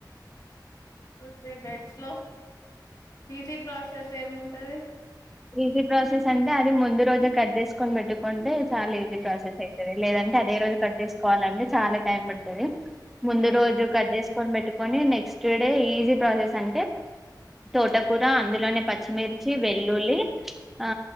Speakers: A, on the left; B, in the centre.
A: టూ త్రీ టైట్స్ లో ఈజీ ప్రాసెస్ ఏముంటది
B: ఈజీ ప్రాసెస్ అంటే అది ముందు రోజే కట్ చేసుకుని పెట్టుకుంటే చాలా ఈజీ ప్రాసెస్ అవుతుంది లేదంటే అంటే అదే రోజు కట్ చేసుకోవాలి ముందు
A: ఆ
B: రోజు కట్ చేసు కోని పెట్టుకని నెక్స్ట్ డే ఈజీ ప్రాసెస్ అంటే తో కూరా అందులోనే పచ్చిమిర్చి వెల్లులి ఆ